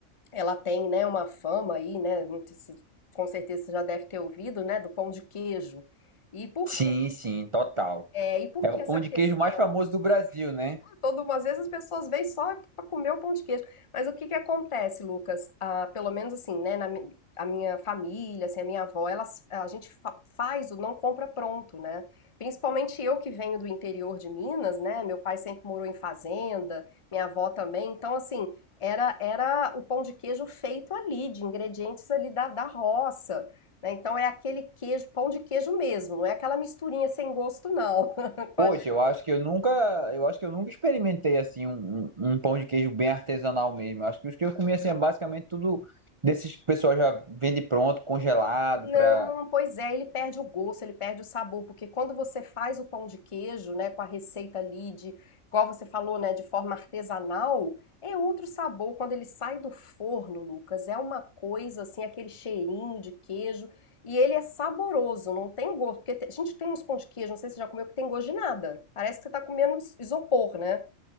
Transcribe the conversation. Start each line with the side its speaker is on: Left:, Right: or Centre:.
Left: ela tem, né, uma fama aí, né? não sei se- Com certeza você já deve ter ouvido, né, do pão de queijo. E por
Right: Sim,
Left: quê?
Right: sim, total.
Left: É, e por
Right: É
Left: que
Right: o
Left: essa
Right: pão
Left: questão?
Right: de queijo mais famoso do Brasil, né?
Left: Todo, às vezes as pessoas vêm só para comer o pão de queijo. Mas o que que acontece, Lucas? Ah, pelo menos assim, né? na mi- a minha família, assim, a minha avó, elas, a gente fa- faz o não compra pronto, né? Principalmente eu que venho do interior de Minas, né? Meu pai sempre morou em fazenda, minha avó também. Então, assim, era, era o pão de queijo feito ali, de ingredientes ali da, da roça. né? Então é aquele queijo, pão de queijo mesmo, não é aquela misturinha sem gosto, não, <laughs> com
Right: Poxa,
Left: a
Right: eu acho que eu nunca, eu acho que eu nunca experimentei assim um, um, um pão de queijo bem artesanal mesmo. Eu acho que os que eu comi assim é basicamente tudo desses pessoal já vende pronto, congelado,
Left: Não,
Right: para
Left: pois é, ele perde o gosto, ele perde o sabor, porque quando você faz o pão de queijo, né, com a receita ali de, igual você falou, né, de forma artesanal, é outro sabor. Quando ele sai do forno, Lucas, é uma coisa assim, aquele cheirinho de queijo, e ele é saboroso, não tem gosto, porque te- a gente tem uns pão de queijo, não sei se você já comeu, que tem gosto de nada. Parece que você tá comendo is- isopor, né?